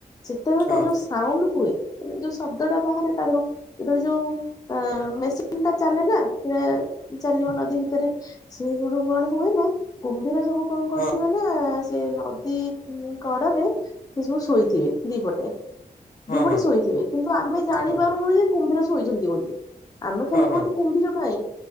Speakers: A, on the left (about 25°); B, on the left (about 65°).
A: ସେତେବେଳେ
B: ହଁ ହଁ
A: ତାର ଯୋଉ ସାଉଣ୍ଡ ହୁଏ, ମାନେ ଯୋଉ ଶବ୍ଦ ଟା ବାହାରେ, ତାଧେରୁ ଯେତେବେଳେ ଯୋଉ ଆଁ, ମେସିନ୍ ଟା ଚାଲେ ନା, ହେଲେ ଚାଲିବ ନଦୀ ଭିତରେ, ସେ ସେଠୁ କଣ ହୁଏ ନା, କୁମ୍ଭୀର ସବୁ କଣ କରିଥିବେ
B: ହଁ
A: ନା, ସେ ନଦୀ ଉଁ, କଡ଼ରେ ସେ ସବୁ ଶୋଇଥିବେ ଦିପଟେ।
B: ହଁ
A: ଦିପଟେ
B: ହଁ
A: ଶୋଇଥିବେ, କିନ୍ତୁ ଆମେ ଜାଣିପାରୁନୁ
B: ହଁ
A: ଯେ କୁମ୍ଭୀର ଶୋଇଛନ୍ତି ବୋଲି। ଆମେ
B: ହଁ
A: ଖାଲି କହୁଚୁ, କୁମ୍ଭୀର କାଇଁ,